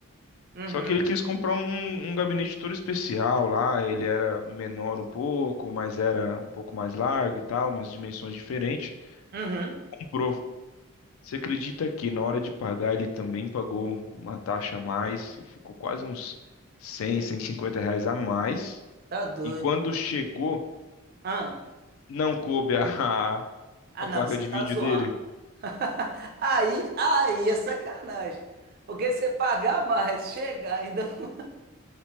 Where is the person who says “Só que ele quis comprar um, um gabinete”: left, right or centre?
Left